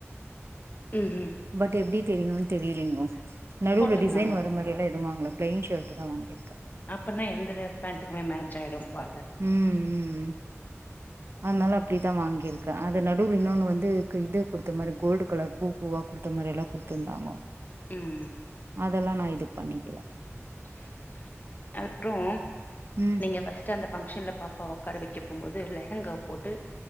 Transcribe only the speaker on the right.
பட் எப்டி தெரியுன் தெரியலீங்கோ நடுவுல
டிசைன் வர மாரி லா எதுவு வாங்கல பிளைன் ஷர்ட் தா வாங்கி இருக்க
ம் ம் அனால அப்டிதா வாங்கியிருக்கே அந்த நடுவு இன்னொன்னு வந்து இது குடுத்த மாரி கோல்டு கலர் பூ பூவா குடுத்த மாரி எல்லா கொடுத்துருந்தாங்கோ
அதெல்லா நா இது பண்ணிக்கில
ம்